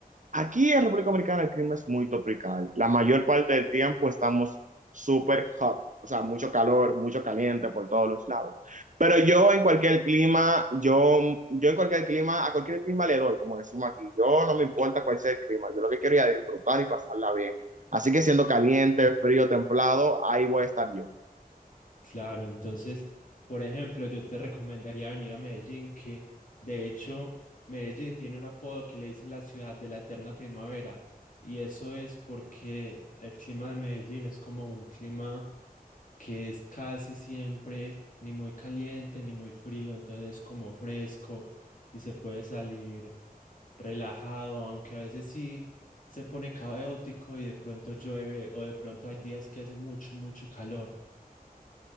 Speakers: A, on the right; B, on the left.
A: Aquí en República Dominicana el clima es muy tropical. La mayor parte del tiempo estamos súper hot, o sea, mucho calor, mucho caliente por todos los lados. Pero yo en cualquier clima, yo, yo en cualquier clima, a cualquier clima le doy, como decimos aquí. Yo no me importa cuál sea el clima, yo lo que quiero es disfrutar y pasarla bien. Así que siendo caliente, frío, templado, ahí voy a estar yo.
B: Claro, entonces, por ejemplo, yo te recomendaría venir a Medellín, que de hecho Medellín tiene un apodo que le dicen la ciudad de la eterna primavera, y eso es porque el clima de Medellín es como un clima que es casi siempre ni muy caliente ni muy frío, entonces es como fresco y se puede salir relajado, aunque a veces sí se pone caótico y de pronto llueve o de pronto hay días que hace mucho, mucho calor.